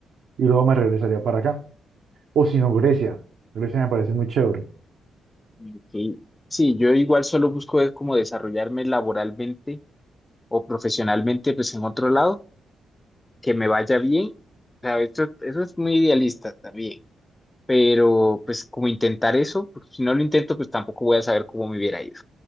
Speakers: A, on the right; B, on the left.
A: y luego me regresaría para acá. O si no, Grecia. Grecia me parece muy chévere.
B: Ok. Sí, yo igual solo busco es como desarrollarme laboralmente o profesionalmente pues en otro lado, que me vaya bien. O sea, esto- eso es muy idealista también, pero pues como intentar eso, porque si no lo intento pues tampoco voy a saber cómo me hubiera ido.